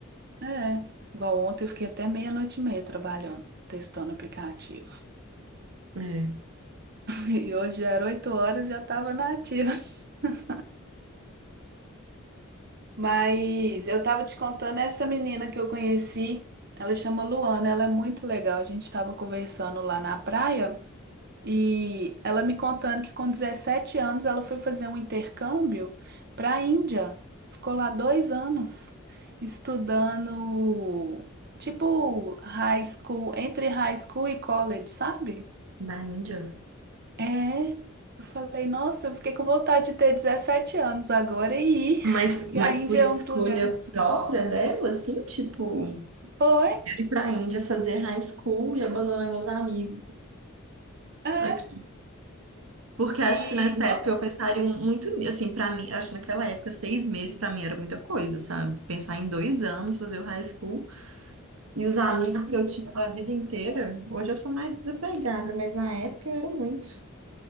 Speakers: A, on the right (about 50°); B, on the right (about 80°).
A: É, igual ontem eu fiquei até meia-noite e meia trabalhando, testando o aplicativo. <laughs>
B: É.
A: E hoje já era oito horas e já estava na ativa. <laughs> Mas eu tava te contando essa menina que eu conheci, ela chama Luana, ela é muito legal. A gente estava conversando lá na praia. E ela me contando que com 17 anos ela foi fazer um intercâmbio para a Índia. Ficou lá dois anos estudando, tipo, high school, entre high school e college, sabe?
B: Na Índia.
A: É. Eu falei, nossa, eu fiquei com vontade de ter 17 anos agora e ir,
B: Mas,
A: <laughs> que
B: mas
A: a Índia
B: por escolha
A: é um dos lugares.
B: própria dela, assim, tipo, eu
A: Foi?
B: ir pra Índia fazer high school e abandonar meus amigos
A: É. é.
B: aqui. Porque acho
A: E
B: que nessa
A: no-
B: época eu pensaria um, muito, ni- assim, pra mim, acho que naquela época, seis meses pra mim era muita coisa, sabe? Pensar em dois anos, fazer o high school e os amigos que eu tinha da vida inteira. Hoje eu sou mais desapegada, mas na época eu era muito.